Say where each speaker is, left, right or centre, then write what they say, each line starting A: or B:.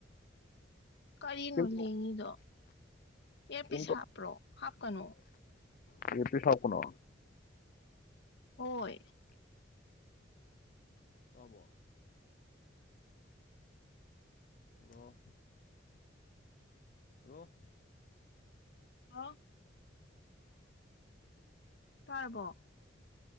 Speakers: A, on the left; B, on the left.
A: ꯀꯔꯤꯅꯣ
B: ꯀꯩꯝ
A: ꯂꯦꯡꯉꯤꯗꯣ ꯑꯦ
B: ꯀꯩꯝ
A: ꯄꯤꯁ ꯍꯥꯞꯄ꯭ꯔꯣ ꯍꯥꯞꯀꯅꯨ
B: ꯑꯦ ꯄꯤꯁ ꯍꯞꯀꯅꯨ
A: ꯍꯣꯏ
B: ꯇꯥꯕꯔꯣ ꯍꯜꯂꯣ ꯍꯂꯣ
A: ꯍꯥ ꯇꯥꯔꯕꯣ